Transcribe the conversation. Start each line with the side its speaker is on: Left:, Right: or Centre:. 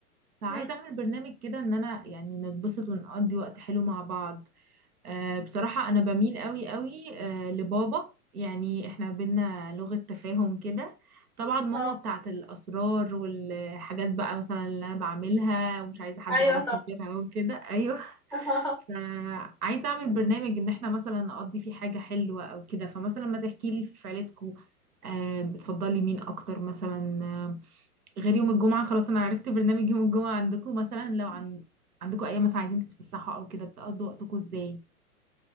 Right: فعايزة
Centre: مم.
Right: أعمل برنامج كده إن أنا يعني نتبسط ونقضي وقت حلو مع بعض آه، بصراحة أنا بميل قوي قوي آه، لبابا يعني إحنا بينا لغة تفاهم كده طبعا ماما
Centre: اه
Right: بتاعت الأسرار والحاجات بقى مثلا اللي أنا بعملها ومش عايزة حد
Centre: ايوه
Right: يعرفها غيرها وكده <laughs> أيوه
Centre: طبعا
Right: فعايزة أعمل برنامج إن إحنا مثلا نقضي فيه حاجة حلوة أو كده فمثلا ما تحكي لي في عيلتكو آه، بتفضلي مين أكتر مثلا آه، غير يوم الجمعة خلاص أنا عرفت برنامج يوم الجمعة عندكو مثلا لو
Centre: <laughs>
Right: عن عندكو أيام مثلا عايزين تتفسحوا أو كده بتقضوا وقتكو إزاي؟